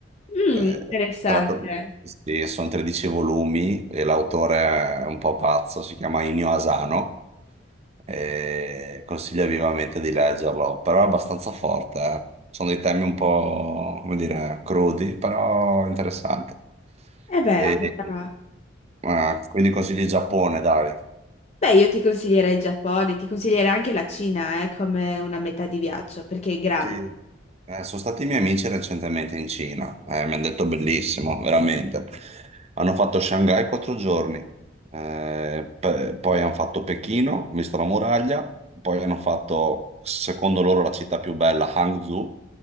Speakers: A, on the left (about 35°); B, on the right (about 35°).
A: Mm,
B: Eh,
A: interessante.
B: tratta di- sì, sono 13 volumi e l'autore è un po' pazzo, si chiama Inio Asano. e consiglio vivamente di leggerlo, però è abbastanza forte. eh. Sono dei temi un po', come dire, crudi, però interessanti.
A: E beh,
B: E,
A: allora...
B: eh, quindi consigli Giappone, dai.
A: Beh, io ti consiglierei il Giappone, ti consiglierei anche la Cina, eh, come una metà di viaggio, perché è grande.
B: Sì. Eh, sono stati i miei amici recentemente in Cina, eh, mi hanno detto bellissimo, veramente. Hanno fatto Shanghai quattro giorni, eh, pe- poi hanno fatto Pechino, ho visto la muraglia, poi hanno fatto, secondo loro, la città più bella, Hangzhou,